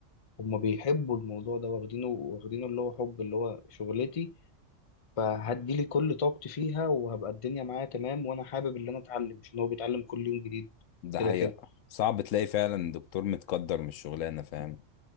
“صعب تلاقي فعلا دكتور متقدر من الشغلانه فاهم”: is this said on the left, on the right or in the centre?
Left